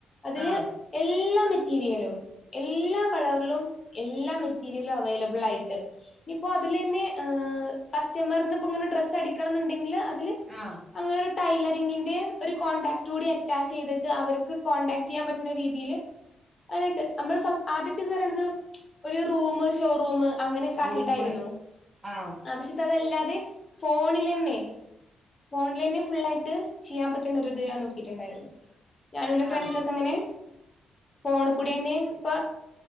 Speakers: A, on the left (about 30°); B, on the right (about 20°).
A: അതില്
B: ആഹ്
A: എല്ലാ മെറ്റീരിയലും എല്ലാ കളറിലും എല്ലാ മെറ്റീരിയലും അവൈലബിൾ ആയിട്ട് ഇനിയിപ്പോ അതില് തന്നെ കസ്റ്റമറിന് ഇപ്പ ഇങ്ങനെ ഡ്രസ്സ് അടിക്കണം എന്നുണ്ടെങ്കില് അതില്
B: ആഹ്
A: അങ്ങനെ ഒരു ടൈലറിങ്ങിന്റെ ഒരു കോൺടാക്ട് കൂടി അറ്റാച്ച് ചെയ്തിട്ട് അവർക്ക് കോണ്ടടാക്ട് ചെയ്യാൻ പറ്റുന്ന രീതിയിയില് അട്ട് നമ്മൾ ഫസ് ആദ്യക്കെന്ന് പറയണത് ഒരു റൂം ഷോറൂം അങ്ങനെ ആക്കിയിട്ടായിരുന്നു
B: റൂമ് ആഹ്
A: ആവശ്യകാർ അതല്ലാതെ ഫോണിൽ തന്നെ ഫോണിൽ തന്നെ ഫുൾ ആയിട്ട് ചെയ്യാൻ പറ്റുന്ന ഒരു ഇത് ഞാൻ നോക്കിയിട്ടുണ്ടായിരുന്നു ഞാന് എന്റെ ഫ്രണ്ട്സ
B: ആഹ്
A: ഒക്കെ ഇങ്ങനെ ഫോണിൽ കൂടി തന്നെ ഇപ്പൊ